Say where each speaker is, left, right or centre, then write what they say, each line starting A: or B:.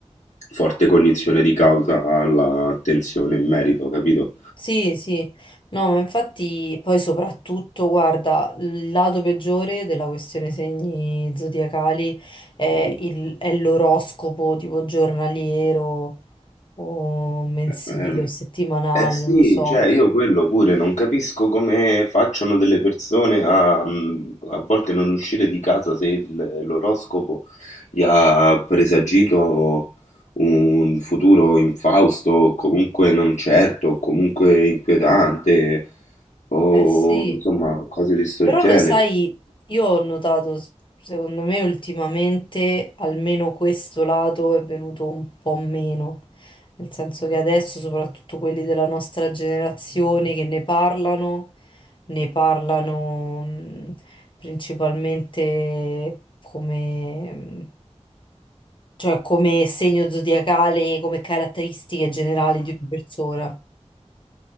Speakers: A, on the left; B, on the left.
A: forte cognizione di causa all'attenzione in merito, capito?
B: Sì, sì, no, ma infatti poi soprattutto, guarda, il lato peggiore della questione segni zodiacali è
A: Mhm.
B: il- è l'oroscopo tipo giornaliero o mensile
A: Ehm,
B: o settimanale,
A: Eh sì,
B: non lo so.
A: cioè io quello pure non capisco come facciano delle persone a, mhmm, a volte non uscire di casa se il- l'oroscopo gli ha presagito un futuro infausto, o comunque non certo, o comunque inquietante, o
B: Eh sì.
A: insomma cose di sto
B: Però
A: genere.
B: lo sai, io ho notato, s- secondo me ultimamente almeno questo lato è venuto un po' meno, nel senso che adesso soprattutto quelli della nostra generazione che ne parlano, ne parlano mh, principalmente come... mh, cioè come segno zodiacale, come caratteristiche generali di una persona.